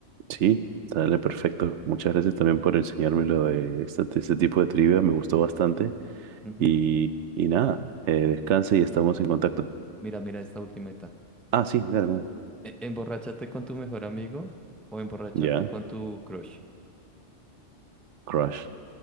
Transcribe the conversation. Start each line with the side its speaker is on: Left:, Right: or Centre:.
Right: sí, sale perfecto. Muchas gracias también por enseñarme lo de esta- este tipo de trivia, me gustó bastante.
Centre: Ujú.
Right: Y, y nada, eh, descansa y estamos en contacto.
Centre: Mira, mira esta ultimita.
Right: Ah, sí, dale, dale.
Centre: E- ¿Emborracharte con tu mejor amigo o emborracharte
Right: Ya,
Centre: con tu crush?
Right: Crush.